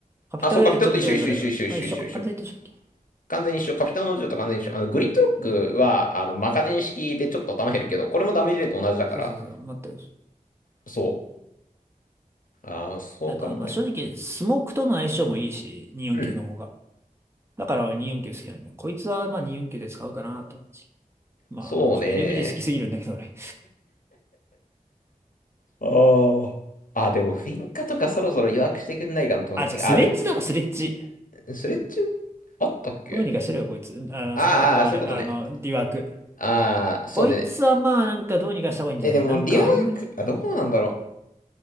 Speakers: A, on the right; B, on the left.
A: カピタルよりちょっと弱いぐらいかな。
B: あ、そうか、ピょっと一緒一緒一緒一緒一緒一緒一緒。
A: あ、一緒か。完全に一緒だっけ
B: 完全に一緒。カピタンの銃と完全に一緒。あの、グリッドロックは、
A: うん。
B: あの、マガジン式でちょっと頭減るけど、これもダメージレート同じだから、
A: そうそうそう。全く一緒。
B: そう。ああそう考えると。
A: あと、まあ、正直、スモークとの相性もいいし、249の方が。
B: うん。
A: だから俺249好きなんだよ。こいつはまあ249で使うかなって感じ。まあ、
B: そうね。
A: あのちょっと LMG 好きすぎるんだけど俺。
B: ああ。あ、でも、フィンカとかそろそろ弱くしてくんないかなと思って。
A: あ、じゃあスレッジだろ、
B: あー、でも、
A: スレッジ。
B: スレッチあったっけ
A: どうにかしろよ、こいつ。あ、
B: あーあー、
A: あと、あれ、
B: そういうことね。
A: あの、リワーク。
B: ああ、そうね。
A: こいつはまあ、なんかどうにかした方がいいんじゃないなんかあんまり、
B: え、でも、リワーク、あ、どうなんだろ